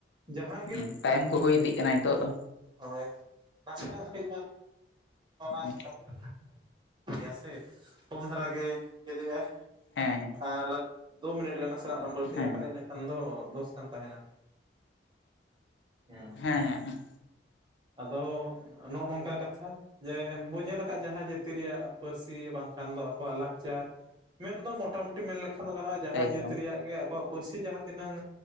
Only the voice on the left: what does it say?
ᱦᱚᱸ ᱴᱟᱭᱤᱢ ᱠᱚ ᱦᱩᱭ ᱤᱫᱤᱜ ᱠᱟᱱᱟ ᱱᱤᱛᱳᱜ ᱫᱚ
ᱦᱮᱸ
ᱦᱮᱸ
ᱦᱮᱸ
ᱦᱮᱸ ᱦᱮᱸᱮᱸ
ᱮᱠᱫᱚᱢ